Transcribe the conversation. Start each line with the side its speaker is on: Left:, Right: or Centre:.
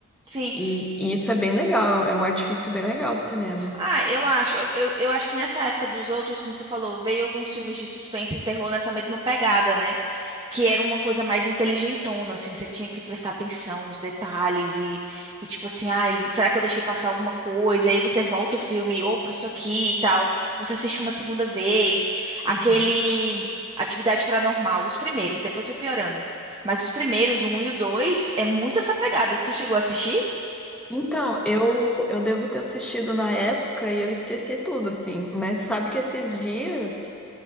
Right: sim.
Centre: E, e isso é bem legal, é um artifício bem legal do cinema.
Right: Ah, eu acho. Eu, eu, eu acho que nessa época dos outros, como você falou, veio alguns filmes de suspense e terror nessa mesma pegada, né? Que era uma coisa mais inteligentona, assim, você tinha que prestar atenção nos detalhes e, e tipo assim, ai, será que eu deixei passar alguma coisa? E aí você volta o filme, opa, isso aqui e tal. Você assiste uma segunda vez. Aquele
Centre: Uhum.
Right: Atividade Paranormal, os primeiros, depois foi piorando. Mas os primeiros, o um e o dois, é muito essa pegada. Tu chegou a assistir?
Centre: Então, eu, eu devo ter assistido na época e eu esqueci tudo, assim. Mas sabe que esses dias.